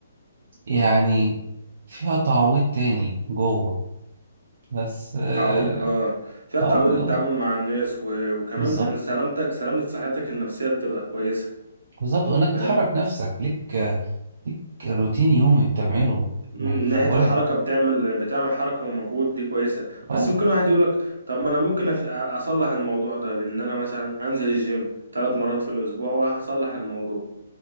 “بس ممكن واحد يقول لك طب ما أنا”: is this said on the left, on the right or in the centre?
Right